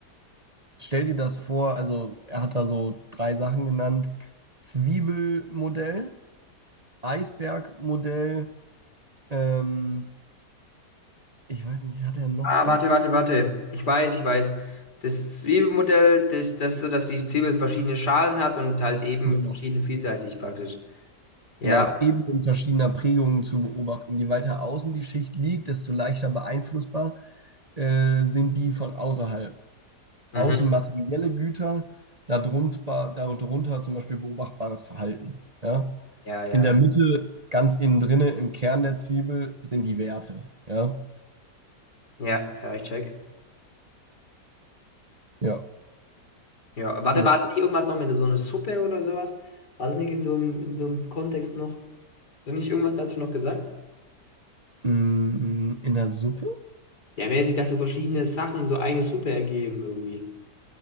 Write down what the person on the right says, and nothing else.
stell dir das vor, also er hat da so drei Sachen genannt: Zwiebelmodell, Eisbergmodell, ähm, ich weiß nicht, hat er noch
eins?
ge-
Genau.
Genau, Ebenen verschiedener Prägungen zu beobachten. Je weiter außen die Schicht liegt, desto leichter beeinflussbar äh, sind die von außerhalb.
außen materielle Güter, darunter, darunter zum Beispiel beobachtbares Verhalten. Ja?
In der Mitte, ganz innen drinne, im Kern der Zwiebel sind die Werte. Ja,
ja.
ja.
Mm, In der Suppe